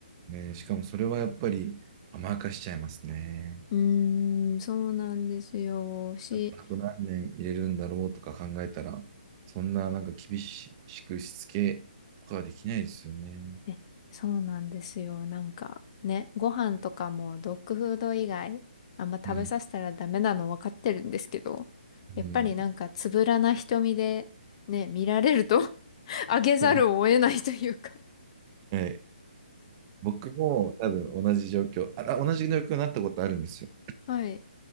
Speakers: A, on the right (about 25°); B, on the left (about 35°).
A: うんね、しかもそれはやっぱり甘やかしちゃいますね。
B: うーん、そうなんですよ。し
A: なんかあと何年入れるんだろうとか考えたら、そんななんか厳しくしつけとかはできないですよね。
B: えそうなんですよ。なんかね、ご飯とかもドッグフード以外あんま食べさせたらダメなの分かってるんですけど、
A: うん。うん。
B: やっぱりなんかつぶらな瞳でね、見られると <laughs> あげざるを得ないというか。
A: <laughs>
B: <laughs>
A: はい。僕も多分同じ状況、あ、同じ状況になったことあるんですよ。
B: はい。